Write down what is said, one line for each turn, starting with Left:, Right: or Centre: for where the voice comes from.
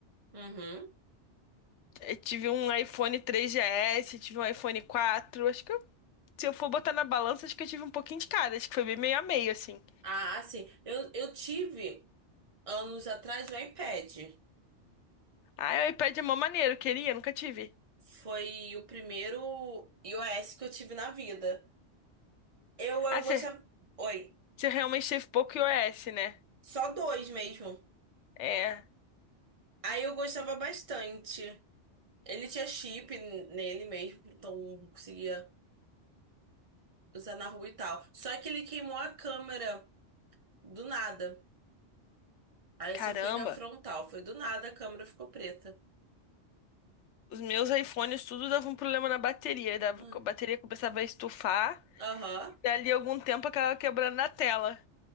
Right: Uhum.
Left: Eu tive um iPhone 3GS, tive um iPhone 4. Acho que eu- se eu for botar na balança, acho que eu tive um pouquinho de cada. Acho que foi bem meio a meio, assim.
Right: Ah, sim. Eu, eu tive anos atrás o iPad.
Left: Ah, o iPad é mó maneiro, queria, nunca tive.
Right: Foi o primeiro iOS que eu tive na vida. Eu, eu
Left: Ah,
Right: gostava.
Left: você
Right: Oi.
Left: Você realmente teve pouco iOS, né?
Right: Só dois mesmo.
Left: É,
Right: Aí eu gostava bastante. Ele tinha chip nele mesmo, então conseguia usar na rua e tal. Só que ele queimou a câmera do nada. Aí
Left: caramba.
Right: só fica a frontal. Foi do nada, a câmera ficou preta.
Left: Os meus iPhones tudo davam um problema na bateria. Dava,
Right: Hum.
Left: a bateria começava a estufar.
Right: Aham.
Left: E ali algum tempo acabava quebrando na tela.